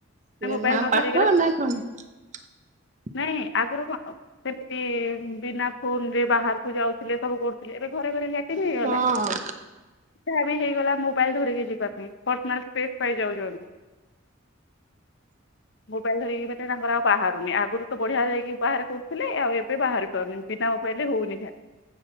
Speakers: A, on the right; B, on the left.
A: ସେ
B: ନା ମୋବାଇଲ ନ
A: ପାଠ
B: ଧରିକି ଗଲେ
A: ନା <inaudible>
B: ନାଇଁ ଆଗରୁ କଣ ସେମିତି ବିନା ଫୋନ ରେ ବାହାରକୁ ଯାଉଥିଲେ ସବୁ କରୁଥିଲେ ଏବେ ଘରେ ଘରେ। <unintelligible>
A: ହଁ।
B: <unintelligible> ଯାହା ବି ହେଇଗଲା ମୋବାଇଲ ଧରିକି ଯିବା ପାଇଁ, ପର୍ସନାଲ ସ୍ପେସ୍ ପାଇ ଯାଉଚନ୍ତି। ମୋବାଇଲ୍ ଧରିକି ଏବେ ତ ତାଙ୍କର ଆଉ ବାହାରୁନି। ଆଗରୁ ତ ବଢିଆ ଯାଇକି ବାହାରେ କରୁଥିଲେ, ଆଉ ଏବେ ବାହାରି ପାରୁନି। ବିନା ମୋବାଇଲ୍ ରେ ହଉନି ଝାଡ଼ା।